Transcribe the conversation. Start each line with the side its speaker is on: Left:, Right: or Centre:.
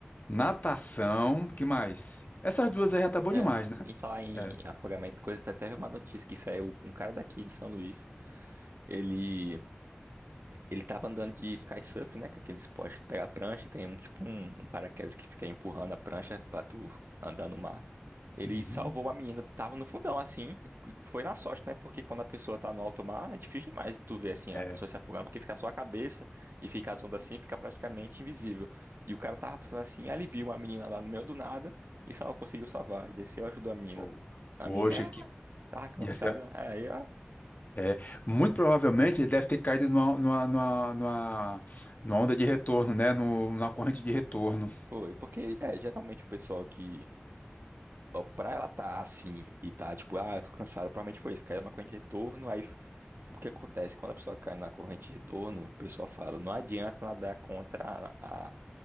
Left: natação, que mais? Essas duas aí já tá bom
Right: é,
Left: demais, né?
Right: em falar em
Left: É.
Right: afogamento, coisa, tá até uma notícia que saiu, um cara daqui de São Luís, ele Ele tava andando de sky surf, né? Que é aquele esporte que tu pega a prancha e tem um tipo um, um paraquedas que fica empurrando a prancha pra tu andar no mar. Ele
Left: Uhum.
Right: salvou a menina, tava no fundão assim, e foi na sorte, né? Porque quando a pessoa tá no alto mar, é difícil demais de tu ver assim
Left: É,
Right: a pessoa se afogando, porque fica só a cabeça e fica as ondas assim, fica praticamente invisível. E o cara tava passando assim, aí ele viu uma menina lá no meio do nada e só conseguiu salvar e desceu e ajudou a menina.
Left: pô.
Right: A
Left: Poxa,
Right: menina é,
Left: que
Right: tava cansada,
Left: ia ser,
Right: aí ó,
Left: É, é. muito provavelmente ele deve ter caído numa, numa, numa, numa- numa onda de retorno, né? No, numa corrente de retorno.
Right: foi, porque é geralmente o pessoal que ó, pra ela tá assim e tá tipo, ah, eu tô cansada, provavelmente foi isso, caiu na corrente de retorno, aí o que acontece? Quando a pessoa cai na corrente de retorno, o pessoal fala, não adianta nadar contra a,